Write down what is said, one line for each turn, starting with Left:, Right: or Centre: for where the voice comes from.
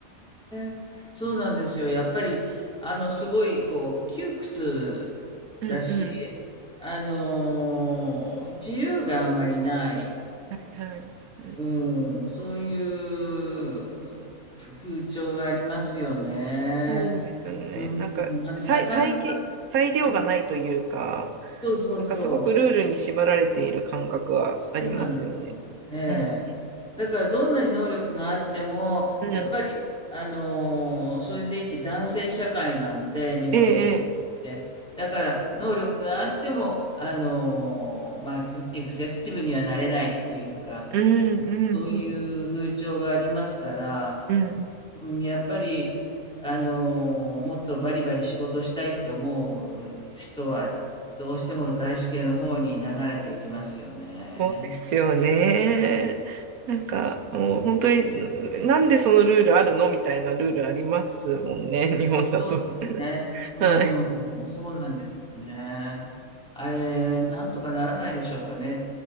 Centre: え、そうなんですよ。やっぱり、あの、すごい、こう、窮屈だし、
Right: <laughs> うんう
Centre: あのー自由があんまりない、
Right: ん。はいはい。
Centre: うん、そういうふ風潮がありますよね。
Right: そうですよね。
Centre: う
Right: なんか、
Centre: ん、あと、
Right: 裁、
Centre: なかなか、
Right: 裁げ、裁量がないというか、
Centre: うんそうそうそう。
Right: なんかすごくルールに縛られている感覚はありますよね。
Centre: そうなんですよ。ええ。
Right: うん。
Centre: だからどんなに能力があっても、
Right: うん。
Centre: やっぱり、あのーそれでいて男性社会なんで、日本の国って。
Right: ええ、
Centre: だから、能力があっても、あのーまあ、エグエグゼクティブにはなれないっていうか、
Right: ええ。うん、
Centre: そういう風潮がありますから、
Right: うん、うん。うん
Centre: うん、やっぱり、あのーもっとバリバリ仕事したいって思う人は、どうしても外資系の方に流れていきますよね。
Right: そうですよね。なんか、もう本当に、なんでそのルールあるのみたいなルールありますもんね、日本だと。
Centre: そうですね。うん、
Right: はい。
Centre: そうなんですよね。あれ、なんとかならないでしょうかねっ